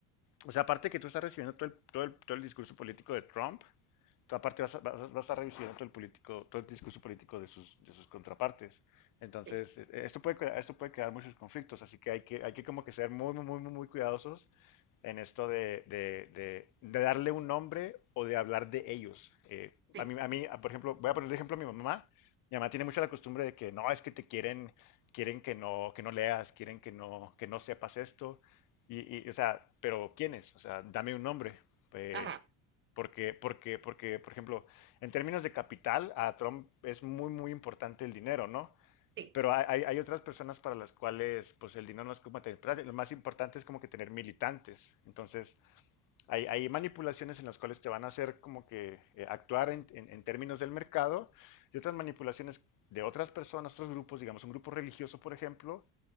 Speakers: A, on the left (about 55°); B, on the right (about 30°).
A: o sea, aparte de que tú estás recibiendo todo el, todo el, todo el discurso político de Trump, tú aparte vas a, vas, a, vas a recibiendo todo el, político, todo el discurso político de sus, de sus contrapartes. Entonces,
B: sí,
A: eh, esto puede, crea- esto puede crear muchos conflictos, así que hay que, hay que como que ser muy, muy, muy, muy muy cuidadosos en esto de, de- de- de darle un nombre o de hablar de ellos. Eh,
B: sí,
A: a mí, a mí, a- por ejemplo, voy a poner de ejemplo a mi mamá. Mi mamá tiene mucho la costumbre de que no, es que te quieren, quieren que no, que no leas, quieren que no, que no sepas esto. Y, y, o sea, pero ¿quiénes? O sea, dame un nombre. Eh,
B: ajá,
A: porque, porque, porque, por ejemplo, en términos de capital, a Trump es muy, muy importante el dinero, ¿no?
B: sí,
A: Pero hay, hay- hay otras personas para las cuales pues el dinero no es como tener plata. Lo más importante es como que tener militantes. Entonces, hay, hay manipulaciones en las cuales te van a hacer como que eh, actuar en, en- en términos del mercado y otras manipulaciones de otras personas, otros grupos, digamos, un grupo religioso, por ejemplo,